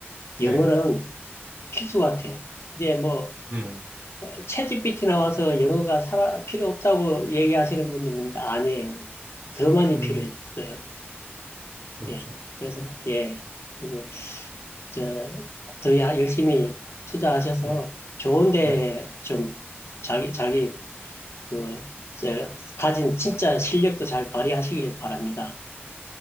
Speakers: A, on the right; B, on the left.
A: 네.
B: 영어는 필수 같아요. 이제 뭐
A: 네.
B: 챗지피티 나와서 영어가 살아, 필요 없다고 얘기하시는 분들 있는데 아니에요. 더 많이
A: 음,
B: 필요했어요.
A: 그렇죠.
B: 예. 그래서 예. 그래서 저더 열심히 투자하셔서
A: 네.
B: 좋은 데좀
A: 네.
B: 자기 자기 그, 이제 가진 진짜 실력도 잘 발휘하시길 바랍니다.